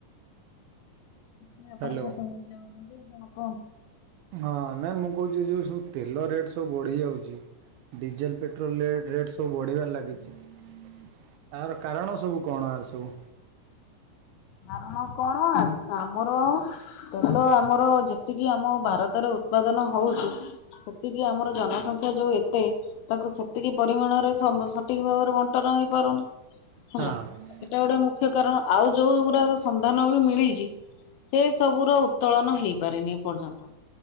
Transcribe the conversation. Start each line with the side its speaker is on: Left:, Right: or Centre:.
Left: ନାଇଁ ଆପଣ
Right: ହ୍ୟାଲୋ
Left: ଛାତ ଉପରକୁ ଯାଉଛନ୍ତି, ହଁ କୁହନ୍ତୁ।
Right: ହଁ ନାଇଁ ମୁଁ କହୁଛି ଯୋଉ ସବୁ ତେଲ ରେଟ୍ ସବୁ ବଢି ଯାଉଛି ଡିଜେଲ୍, ପେଟ୍ରୋଲରେ ରେଟ୍ ସବୁ ବଢ଼ିବାରେ ଲାଗିଛି। ତାର କାରଣ ସବୁ କଣ, ଆର ସବୁ?
Left: କାରଣ କଣ, ଆମର ତେଲ ଆମର ଯେତିକି ଆମ ଭାରତରେ ଉତ୍ପାଦନ ହଉଚି ସେତିକି ଆମର ଜନସଂଖ୍ୟା ଯୋଉ ଏତେ ତାକୁ ସେତିକି ପରିମାଣରେ ସଠିକ ଭାବରେ ବଣ୍ଟନ ହେଇପାରୁନି। ହେଲା,
Right: ହଁ
Left: ସେଟା ଗୋଟେ ମୁଖ୍ୟ କାରଣ ଆଉ ଯୋଉ ଗୁଡା ସନ୍ଧାନ ବି ମିଳିଛି, ସେ ସବୁ ର ଉତ୍ତୋଳନ ହେଇପାରେନି ଏପର୍ଯ୍ୟନ୍ତ।